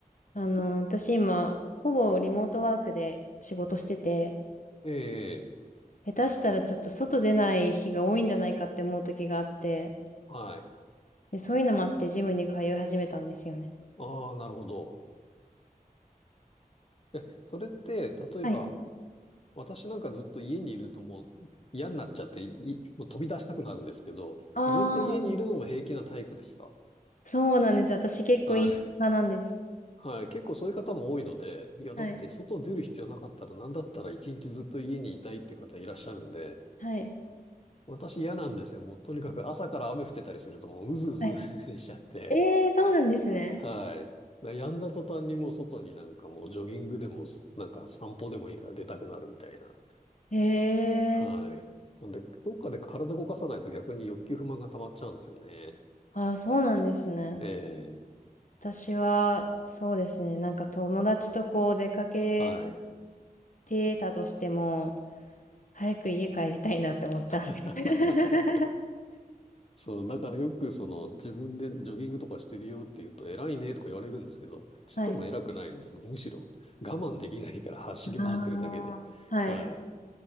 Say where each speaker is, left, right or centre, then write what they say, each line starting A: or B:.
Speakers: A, on the left (about 60°); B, on the left (about 40°).
A: あの、私今、ほぼリモートワークで仕事してて、
B: ええ。
A: 下手したらちょっと外出ない日が多いんじゃないかって思う時があって、
B: はい。
A: で、そういうのもあってジムに通い始めたんですよね。
B: ああ、なるほど。え、それって、例えば、
A: はい。
B: 私なんかずっと家にいるともう嫌になっちゃって、い、もう飛び出したくなるんですけど、
A: ああ、
B: ずっと家にいるのも平気なタイプですか
A: そうなんです。私結構イン派なんです。
B: はい。はい。結構そういう方も多いので、いや、
A: はい。
B: だって外出る必要なかったら、なんだったら一日ずっと家にいたいっていう方いらっしゃるんで、
A: はい。
B: 私嫌なんですよ。もうとにかく朝から雨降ってたりするともううずうずうずうずしちゃって、
A: はいええー、そうなんですね。
B: はい。やんだ途端にもう外になんかもうジョギングでも、なんか散歩でもいいから出たくなるみたいな。
A: え
B: はい。
A: えー、
B: なんで、どっかで体動かさないと逆に欲求不満が溜まっちゃうんですよね。
A: ああ、そうなんですね。
B: ええ、
A: 私は、そうですね。なんか友達とこう出かけ
B: はい。
A: てたとしても、早く家帰りたいなって思っちゃうんです。
B: <laughs>
A: <laughs>
B: そう、だからよくその自分でジョギングとかしてるよって言うと偉いねとか言われるんですけど、ちっとも偉くないんですよ。
A: はい。
B: むしろ我慢できないから走り回ってるだけで。
A: ああ、はい。
B: はい。